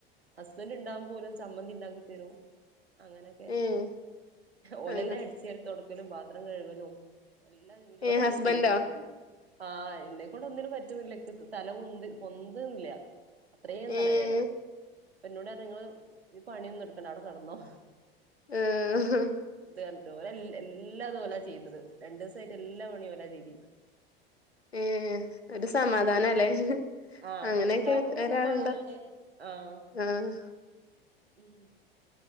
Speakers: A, on the right (about 75°); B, on the left (about 85°).
A: ഹസ്ബൻറ് ഉണ്ടാകുമ്പോ പോലും ചമ്മന്തി ഉണ്ടാക്കി തരും അങ്ങനൊക്കെ
B: ഏഹ്
A: ഓലല്ലെ
B: അങ്ങനെ
A: അടിച്ച തുടക്കലും പാത്രം കഴുകലും എല്ലാ ജോലി
B: ഏഹ്
A: ഓലെന്നെ
B: ഹസ്ബൻഡോ
A: ചെയ്തത് ആഹ് എന്നെക്കൊണ്ട് ഒന്നിനും പറ്റുന്നില്ല തല പൊന്തില്ല അത്രയും തലവേദന
B: ഏഹ്
A: അപ്പൊ ന്നോട് നിങ്ങള് ഈ പണിയൊന്നും എടുക്കണ്ട അവിടെ കടന്നോ
B: ആഹ്
A: ഞാൻ എടുത്തോണ്ട് ഓലെ എല്ലാതും ഓലാ ചെയ്തത് രണ്ടു ദിവസായിട്ട് എല്ലാ പണിയും ഓല ചെയ്തിന്ന്
B: ഏ ഒരു സമാധാനല്ലേ
A: ആഹ്
B: അങ്ങനെയൊക്കെ
A: ഉണ്ടാവുമ ഒരു
B: ഒരാളുണ്ടോ
A: സമാധാനാണ് ആഹ്
B: ആഹ്
A: ഉം